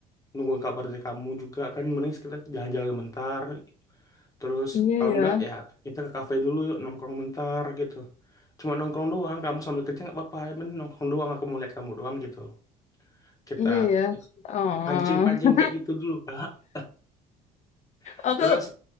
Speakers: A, on the left; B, on the left.
A: nungguin kabar dari kamu juga kan mending kita jalan-jalan bentar Terus
B: Iya
A: kalau
B: ya.
A: enggak ya kita ke kafe dulu yuk nongkrong bentar gitu. Cuma nongkrong doang, kamu sambil kerja nggak apa-apa. Ya bener nongkrong doang, aku mau lihat kamu doang gitu. Kita
B: Iya ya. Oh.
A: pancing-pancing kayak gitu dulu, Kak. <laughs>
B: Aku
A: Terus